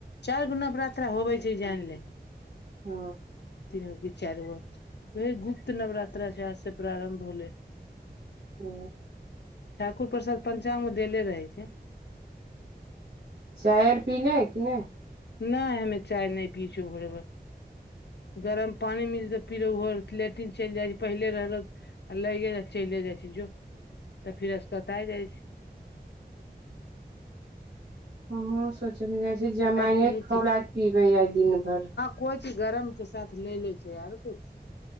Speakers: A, on the left; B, on the right.
A: चारि गो नवरात्रा होबै छै जानि ले
B: ओ
A: तीन गो कि चारि गो इहे गुप्त नवरात्रा छै आज से प्रारम्भ भेलय
B: ओ
A: ठाकुर प्रसाद पञ्चांग मे देले रहै छै
B: चाय आर पीले कि नै
A: नहि हमे चाय नै पी छिअउ छी भोरे भोर गरम पानी मिल जेतौ पी लेबौ ओहो लेट्रिन चलि जाइ छै पहिले रहलक आ लैेएके चैले जाइ छी जो तऽ फिर असकताइ जाइ छी? <inaudible>
B: हमहु सोचलिअइ जाइ छी जमाइने
A: पियै
B: के खौलाक पीबै आइ दिन भर
A: कोई चीज गरम के साथ ले ले छै आर कुछ